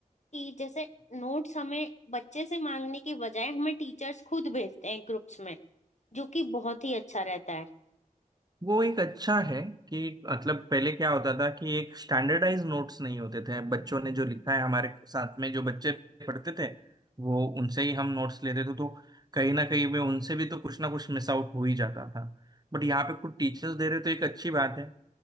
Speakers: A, on the left; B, on the right.
A: कि जैसे नोट्स हमें बच्चे से मांगने के बजाय हमें टीचर्स खुद भेजते हैं ग्रुप्स में जो कि बहुत ही अच्छा रहता है
B: वो एक अच्छा है कि मतलब पहले क्या होता था कि एक स्टैंडर्डाइज नोट्स नहीं होते थे बच्चों ने जो लिखा है हमारे साथ में जो बच्चे पढ़ते थे वो उनसे ही हम नोट्स लेते थे तो कहीं ना कहीं में उनसे भी तो कुछ ना कुछ मिस आउट हो ही जाता था बट यहाँ पे खुद टीचर्स दे रहे तो एक अच्छी बात है